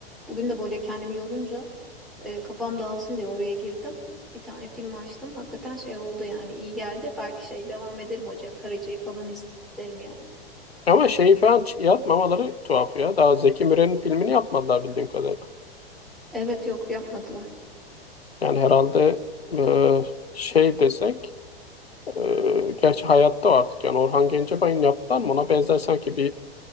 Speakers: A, in the centre; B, on the left.
A: Bugün de böyle kendimi yorunca e, kafam dağılsın diye oraya girdim. Bir tane film açtım. Hakikaten şey oldu yani iyi geldi. Belki şey devam ederim o Cem Karaca'yı falan izlerim yani.
B: Ama şeyi falan ç- yapmamaları tuhaf ya. Daha Zeki Müren'in filmini yapmadılar bildiğim kadarıyla.
A: Evet yok yapmadılar.
B: Yani herhalde e, şey desek e, gerçi hayatta o artık yani Orhan Gencebay'ın yaptılar mı ona benzer sanki bir